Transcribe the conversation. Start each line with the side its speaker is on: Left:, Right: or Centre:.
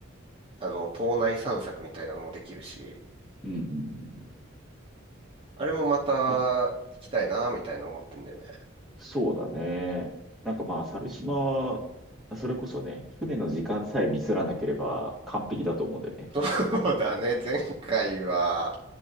Right: あの、島内散策みたいなのもできるし、
Centre: うんうん
Right: あれもまた行きたいな、
Centre: うん。あ、
Right: みたいな思ってんだよね。
Centre: そうだね。なんかまあ、猿島は、それこそね、船の時間さえミスらなければ完璧だと思うんだよね。
Right: <laughs> そうだね。前回は